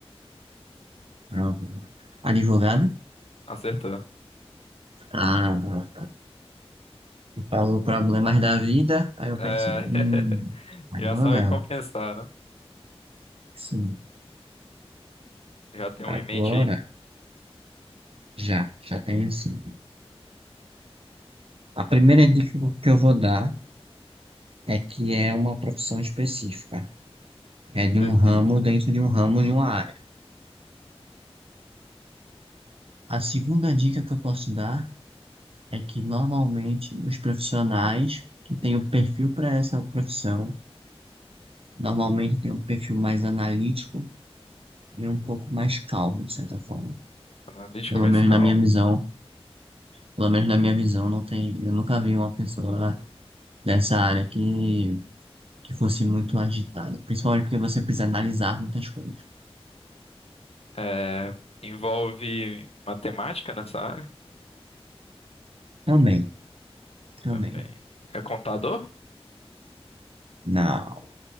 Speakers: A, on the right; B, on the left.
A: prova. Advogado?
B: Acertou.
A: Ah, tu falou problemas da vida, aí eu
B: É,
A: pensei,
B: <laughs>
A: hum, advogado,
B: Já sabe qual pensar, né?
A: sim.
B: Já tem um em
A: Agora,
B: mente aí?
A: já, já tenho sim. A primeira dica que eu vou dar é que é uma profissão específica, é de um
B: Específica.
A: ramo dentro de um ramo de uma área. A segunda dica que eu posso dar é que normalmente os profissionais que têm o perfil para essa profissão, normalmente têm um perfil mais analítico e um pouco mais calmo, de certa forma.
B: Analítica
A: Pelo
B: mais
A: menos
B: calma.
A: na minha visão, pelo menos na minha visão, não tem, eu nunca vi uma pessoa dessa área que, que fosse muito agitada, principalmente porque você precisa analisar muitas coisas.
B: É, Envolve matemática nessa área?
A: Também, também.
B: Também. É contador?
A: Não.